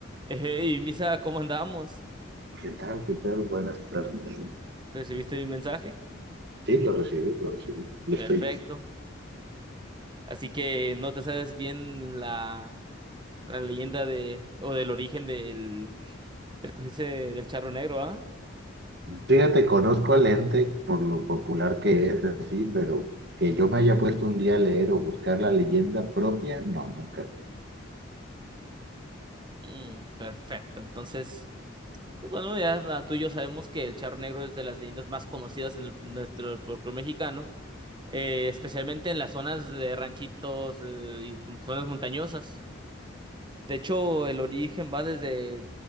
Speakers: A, on the right; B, on the right.
A: Hey, Misa, ¿cómo andamos?
B: ¿Qué tal? ¿Qué tal? Buenas tardes.
A: ¿Recibiste mi mensaje?
B: Sí, lo recibí, lo recibí. Lo
A: Perfecto.
B: estoy listo.
A: Así que no te sabes bien la, la leyenda de, o del origen del, del, que dice del charro negro, ¿ah?
B: Fíjate, conozco al ente por lo popular que es, así, pero que yo me haya puesto un día a leer o buscar la leyenda propia, no, nunca.
A: Mm, perfecto. Entonces, pues bueno, ya ah, tú y yo sabemos que el charro negro es de las leyendas más conocidas en el- nuestro folclore mexicano, eh, especialmente en las zonas de ranchitos, eh, y zonas montañosas. De hecho, el origen va desde